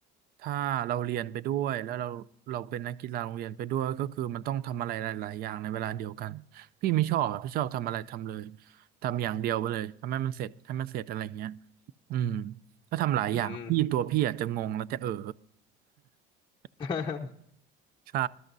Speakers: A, on the right; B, on the left.
A: ถ้าเราเรียนไปด้วยแล้วเราเราเป็นนักกีฬาโรงเรียนไปด้วยก็คือมันต้องทำอะไรหลายๆอย่างในเวลาเดียวกันพี่ไม่ชอบอะพี่ชอบทำอะไรทำเลยทำอย่างเดียวไปเลยทำให้มันเสร็จให้มันเสร็จอะไรอย่างเงี้ยอืมถ้าทำหลายอย่างพี่ตัวพี่อาจจะงงแล้วจะเออ
B: ๆอืม
A: <laughs>
B: <laughs>
A: ใช่